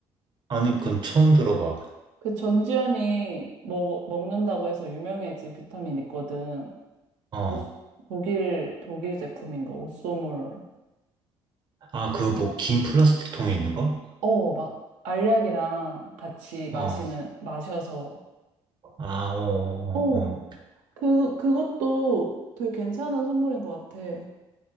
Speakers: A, on the right; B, on the right.
A: 아니,
B: 그,
A: 그건 처음 들어봐.
B: 그 전지현이 먹, 먹는다고 해서 유명해진 비타민 있거든.
A: 어,
B: 오쏘- 독일, 독일 제품인 거, 오쏘물.
A: 아, 그 뭐, 긴 플라스틱 통에 있는 거?
B: 어, 막 알약이랑 같이 마시는,
A: 어,
B: 마셔서.
A: 아, 어, 어,
B: 어,
A: 어. 어.
B: 그, 그것도 되게 괜찮은 선물인 것 같아.